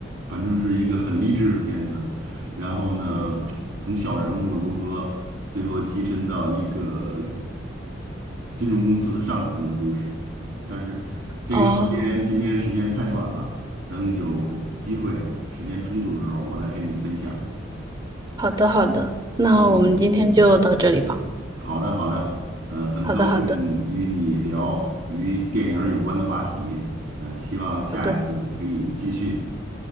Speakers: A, on the right; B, on the right.
A: 反正是一个很励志的片子。然后呢，从小人物如何最后跻身到一个金融公司的上层的故事。但是这个时间今天时间太短了，
B: 哦。
A: 等有机会时间充足的时候，我再跟你分享。
B: 好的，好的，那我们今天就到这里吧。
A: 嗯，好的好的，呃，很高兴与你聊与电影儿有关的话题，
B: 好的，好的，
A: 呃，希望下一次可以继续。
B: 好的，